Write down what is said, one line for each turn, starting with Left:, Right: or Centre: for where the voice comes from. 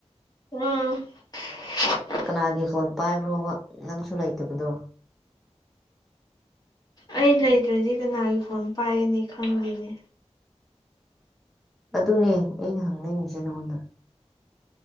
Left: <unintelligible>
Centre: ꯀꯅꯥꯒꯤ ꯐꯣꯟ ꯄꯥꯏꯕ꯭ꯔꯣꯕ ꯅꯪꯁꯨ ꯂꯩꯇꯕꯗꯣ
Left: ꯑꯩ ꯂꯩꯇ꯭ꯔꯗꯤ ꯀꯅꯥꯒꯤ ꯐꯣꯟ ꯄꯥꯏꯒꯅꯤ ꯈꯪꯗꯦꯅꯦ
Centre: ꯑꯗꯨꯅꯦ ꯑꯩꯅ ꯍꯪꯅꯤꯡꯉꯁꯤꯦ ꯅꯉꯣꯟꯗ